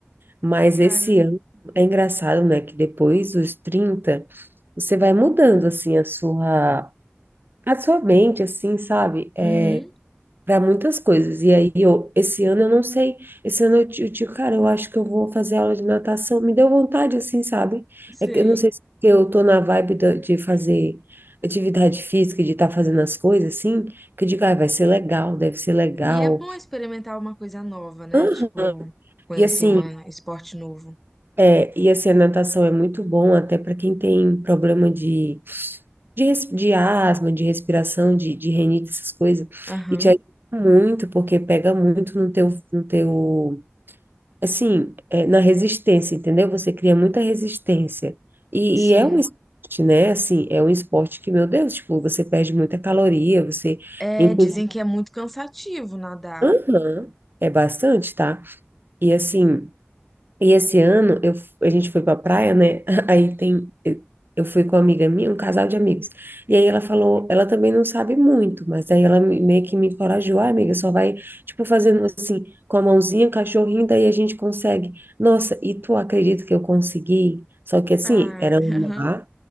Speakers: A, on the right; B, in the centre.
A: Mas
B: Cara.
A: esse ano é engraçado, né? Que depois dos 30 você vai mudando assim a sua a sua mente, assim, sabe? É,
B: Uhum,
A: para muitas coisas. E aí, eu, esse ano eu não sei, esse ano eu, ti- eu digo, cara, eu acho que eu vou fazer aula de natação. Me deu vontade, assim, sabe?
B: sei.
A: É que eu não sei se porque eu tô na vibe da- de fazer atividade física, de estar fazendo as coisas, assim, que eu digo, ah, vai ser legal, deve ser legal.
B: E é bom experimentar uma coisa nova, né?
A: Aham.
B: Tipo, conhecer
A: E assim,
B: um esporte novo.
A: é, e assim, a natação é muito bom até para quem tem problema de, de, res- de asma, de respiração, de, de rinite, essas coisas.
B: Aham,
A: E te ajuda muito, porque pega muito no teu, no teu assim, é, na resistência, entendeu? Você cria muita resistência. E,
B: sim.
A: e é um esporte, né? Assim, é um esporte que, meu Deus, tipo, você perde muita caloria, você,
B: É,
A: inclusive,
B: dizem que é muito cansativo nadar.
A: Aham, é bastante, tá? E assim, e esse ano eu, f- a gente foi pra praia, né? <laughs> Aí tem. Eu fui com uma amiga minha, um casal de amigos. E aí ela falou, ela também não sabe muito, mas aí ela me- meio que me encorajou, ah, amiga, só vai, tipo, fazendo assim, com a mãozinha, o cachorrinho, daí a gente consegue. Nossa, e tu acredita que eu consegui? Só que assim,
B: Ah,
A: era
B: <laughs>
A: um
B: aham.
A: mar,